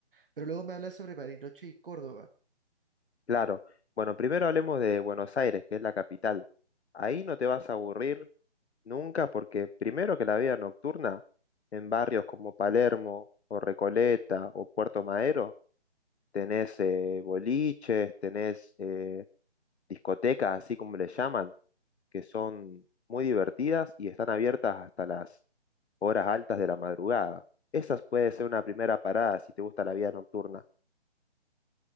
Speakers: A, on the right; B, on the left.
A: Pero luego me hablas sobre Bariloche y Córdoba.
B: Claro. Bueno, primero hablemos de Buenos Aires, que es la capital. Ahí no te vas a aburrir Nunca, porque primero que la vida nocturna, en barrios como Palermo o Recoleta o Puerto Madero, tenés eh, boliches, tenés eh, discotecas, así como le llaman, que son muy divertidas y están abiertas hasta las horas altas de la madrugada. Esa puede ser una primera parada si te gusta la vida nocturna.